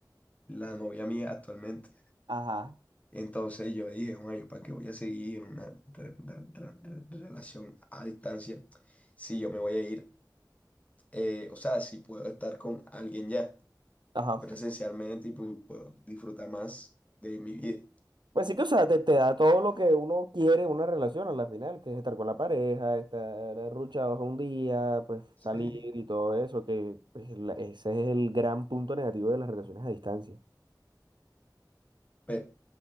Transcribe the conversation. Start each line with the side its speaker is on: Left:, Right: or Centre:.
Left: la novia mía actualmente.
Right: Ajá,
Left: Entonces yo dije, bueno ¿yo para qué voy a seguir en una re- re- re- re- relación a distancia si yo me voy a ir? eh, o sea, si puedo estar con alguien ya
Right: ajá.
Left: presencialmente y pu- puedo disfrutar más de mi vida.
Right: Pues sí que, o sea, te, te da todo lo que uno quiere en una relación a la final, que es estar con la pareja, estar arruchados un día, pues
Left: Sí.
Right: salir y todo eso, que pues, la- ese es el gran punto negativo de las relaciones a distancia.
Left: Pero,